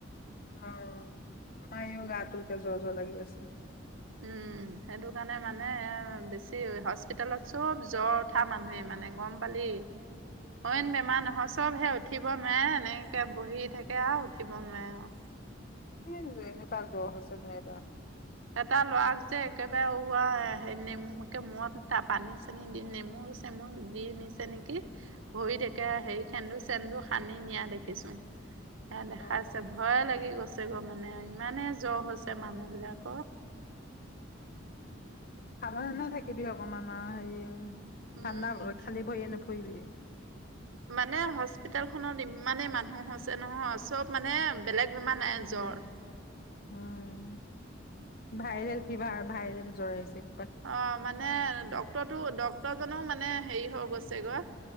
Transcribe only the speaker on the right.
উম, সেইটোকাৰণে মানে এ বেছি হস্পিতালত চব জ্বৰ উঠা মানুহে মানে গম পালি। অইন
বেমাৰ নহয় চবহে উঠিব নোৱাৰে এনেকে বহি থাকে আৰু উঠিব নোৱাৰে আৰু।
এটা ল'ৰাক যে একেবাৰে উ হা নেমুকে মূৰত পানী চানী দি নেমু চেমু দি নিছে নেকি? ভৰি থাকে হেৰি সেন্দুৰ- চেন্দুৰ সানি নিয়া দেখিছো। হে দেখাইছে
ভয় লাগি গৈছে। তেঘ মানে ইমানে জ্বৰ হৈছে
মানুহ
বিলাক
উম
মানে হস্পিতেল খনত ইমানেই মানুহ হৈছে নহয় চব মানে বেলেগ বেমাৰ নাই
জ্বৰ
অ মানে ডক্তৰটো ডক্তৰ জনো মানে হেৰি হৈ গৈ ছে গৈ